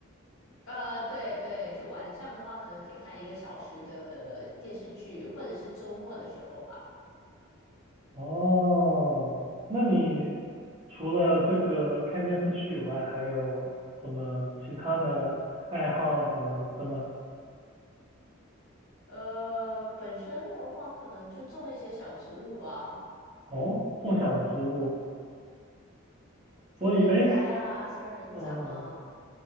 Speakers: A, on the left; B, on the right.
A: 呃，对对，就晚上的话，可能可以看一个小时的呃电视剧，或者是周末的时候吧。
B: 哦，那你除了这个看电视剧以外，还有什么其他的爱好什么的吗？
A: 呃，本身的话，可能就种一些小植物吧，
B: 哦，种小植物，
A: 就盆栽啊、
B: 所以哎，诶
A: 仙人掌啊。
B: 哦